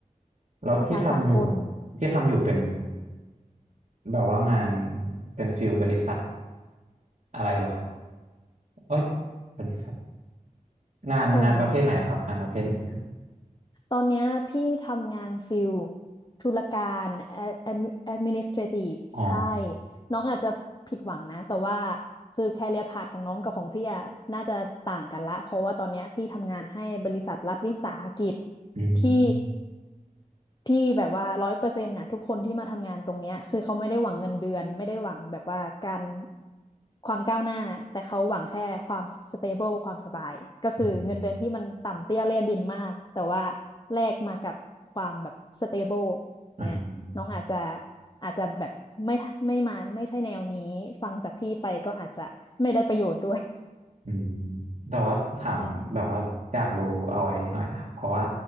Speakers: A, on the right; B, on the left.
A: แล้วที่ทำอยู่
B: ภาษาสากล
A: ที่ทำอยู่เป็นแบบว่างานเป็นฟิลบริษัทอะไรเหรอครับเอ้ยบริษัทงานงานประเภทไหนเหรอครับงานประเภทไหนครับ
B: เออตอนเนี้ยพี่ทำงานฟิลธุรการแอดแอดมินิสเทรทีฟใช่
A: อ๋อ
B: น้องอาจจะผิดหวังนะแต่ว่าคือแคเรียพาธของน้องกับของพี่อะน่าจะต่างกันละเพราะว่าตอนเนี้ยพี่ทำงานให้บริษัทรัฐวิสาหกิจ
A: อืม
B: ที่ ที่แบบว่าร้อยเปอร์เซ็นต์นะทุกคนที่มาทำงานตรงเนี้ยคือเขาไม่ได้หวังเงินเดือนไม่ได้หวังแบบว่าการความก้าวหน้าแต่เขาหวังแค่ความสเตเบิลความสบายก็คือเงินเดือนที่มันต่ำเตี้ยเลี่ยดินมากแต่ว่า
A: อืม
B: แลกมากับความแบบสเตเบิล
A: อ่า
B: เนี่ยน้องอาจจะอาจจะแบบไม่ไม่มาไม่ใช่แนวนี้ฟังจากพี่ไปก็อาจจะไม่ได้ประโยชน์ด้วย <laughs>
A: อืมแต่ว่าถามแบบว่าอยากรู้เอาไว้หน่อยครับเพราะว่า
B: ใช่